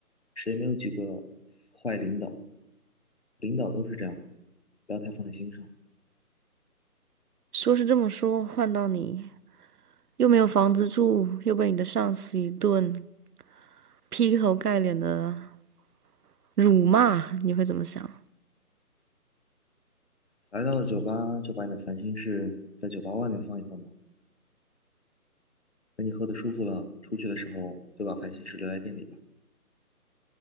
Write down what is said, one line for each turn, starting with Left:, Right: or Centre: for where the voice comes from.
Left: 谁没有几个坏领导？领导都是这样的，不要太放在心上。
Right: 说是这么说，换到你又没有房子住，又被你的上司一顿劈头盖脸的辱骂，你会怎么想
Left: 来到了酒吧，就把你的烦心事在酒吧外面放一放吧。等你喝得舒服了，出去的时候就把烦心事留在店里吧。